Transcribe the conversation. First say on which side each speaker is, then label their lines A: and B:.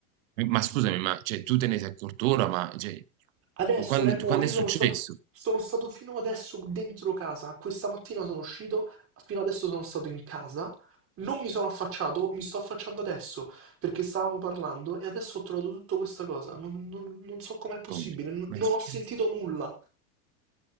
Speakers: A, on the right; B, on the right.
A: ma scusami, ma cioè, tu te ne sei accorto ora, ma cioè,
B: Adesso,
A: quando,
B: Remo,
A: quando
B: io
A: è successo?
B: sono stato, sono stato fino adesso dentro casa. Questa mattina sono uscito, fino adesso sono stato in casa. Non mi sono affacciato, mi sto affacciando adesso perché stavamo parlando e adesso ho trovato tutta questa cosa. Non, non- non so com'è possibile,
A: Tommy?
B: n-
A: Ma
B: non
A: che
B: ho sentito
A: cazzo?
B: nulla.